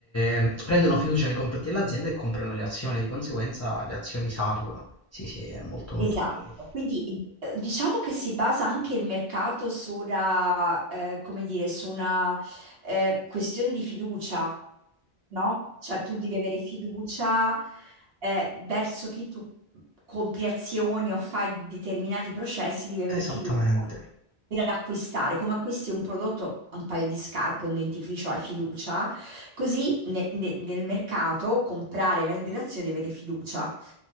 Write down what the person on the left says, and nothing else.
eh, prendono fiducia nei confronti dell'azienda e comprano le azioni, di conseguenza le azioni salgono. Sì, sì, è molto molto
bello.
Esattamente.